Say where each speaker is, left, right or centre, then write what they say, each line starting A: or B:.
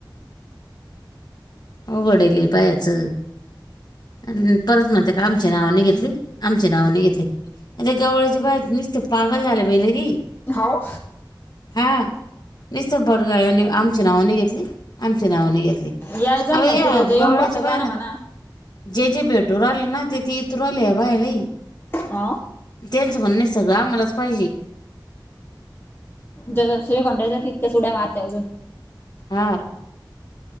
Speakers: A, on the left; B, on the left.
A: अवघड आहे लई पायाच. आणि परत म्हणत्यात, आमची नाव नाही घेतली. आमची नाव नाही घेतली. त्या गवळ्याची बाई नुसतं पागल झाले. पाहिले की
B: हो.
A: हां. नुसतं पण गळ्याने आमची नाव नाही घेतली. आमची नाव नाही घेतली.
B: यायचं
A: अगं
B: ना म्हणते
A: या
B: त्याच्या येऊन
A: गवळ्याच्या
B: बसायचा
A: बायला
B: ना म्हणा हम्म
A: जे जे भेटू राहिल ना. ते ते इतरू राहिल्या बाया लई.
B: हा.
A: त्यांचं म्हणणे सगळं आम्हालाच पाहिजे.
B: जरा श्री गोंड्याच्या तिथक्याच उड्या मारते अजून
A: हा.